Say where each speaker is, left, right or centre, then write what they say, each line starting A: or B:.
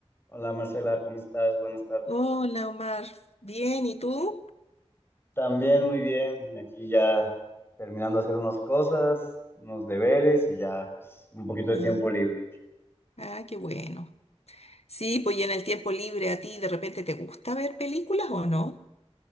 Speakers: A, on the left; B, on the left.
A: Hola Marcela, ¿cómo estás? Buenas tardes.
B: Hola Omar, bien, ¿y tú?
A: También muy bien, aquí ya terminando de hacer unas cosas, unos deberes y ya pues un poquito de
B: Ah,
A: tiempo libre.
B: ah, qué bueno. Sí, pues y en el tiempo libre a ti de repente te gusta ver películas o no?